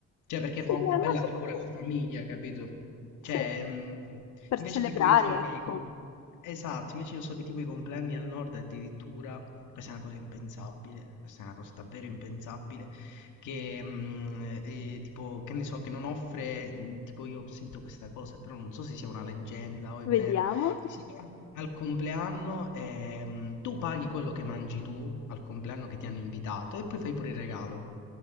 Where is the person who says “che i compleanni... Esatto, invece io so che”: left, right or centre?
Left